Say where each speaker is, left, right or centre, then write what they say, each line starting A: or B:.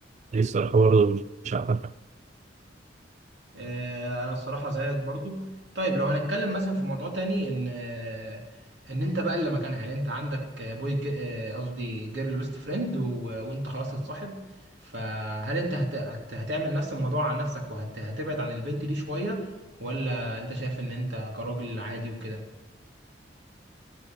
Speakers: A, on the right; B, on the right.
A: دي الصراحه برضه مش عارف
B: آه، انا الصراحه زيك برضو طيب لو هنتكلم مثلا في موضوع تاني ان آه، ان انت بقى اللي مكانها يعني انت عندك آه، بوي جي- آه، قصدي جيرل بيست فريند وانت خلاص هتصاحب فهل انت هت... هت... هتعمل نفس الموضوع على نفسك وهتبعد وهت... هتبعد عن البنت دي شويه ولا انت شايف ان انت كراجل عادي وكده